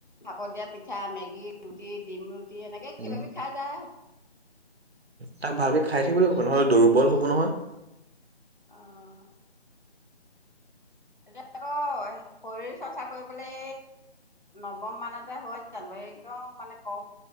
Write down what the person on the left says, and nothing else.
ভাপত দিয়া পিঠা মেগী ৰুটি ডিম ৰুটি এনেকে
কিবাবি খাই যায় আৰু
আহ এতিয়া আকৌ শৰীৰ চৰ্চা কৰিবলৈ নৱম মানতে হৈ জানাৰী একদম মানে কম